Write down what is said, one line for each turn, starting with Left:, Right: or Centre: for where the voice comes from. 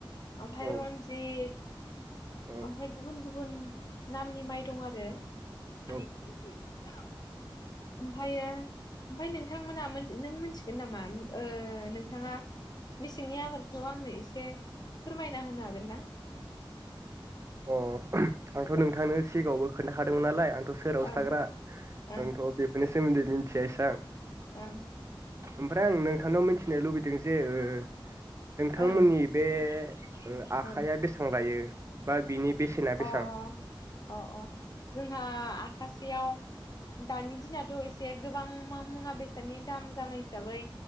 Left: ओमफाय
Right: औ
Left: रन्जित
Right: औ
Left: ओमफ्राय गुबुन गुबुन नामनि माइरं आरो <unintelligible>
Right: औ
Left: ओमफायो ओमफाय नोंथांमोना मोन नों मोनथिगोन नामा ओ नोंथाङा मेसेंनि आबादखौ आंनो एसे फोरमायना होनो हागोन ना?
Right: अ आंथ' नोंथांनो सिगाङावबो खोनथाखादोंमोन नालाय आं थ' सोहोरावसो
Left: ओं
Right: थाग्रा
Left: ओं
Right: आंथ' बेफोरनि सोमोनदै मिनथिया इसां
Left: ओं
Right: ओमफ्राय आं नोंथांनाव मिनथि थिनो लुबैदों जे ओ नोंथांमोननि
Left: ओं
Right: बे ओ आखाइया
Left: ओं
Right: बेसेबां लायो बा बिनि बेसेना बेसेबां
Left: अ अ अ जोंहा आखासेयाव दानि दिनाथ' एसे गोबां मा मुवा बेसादनि दाम जानाय हिसाबै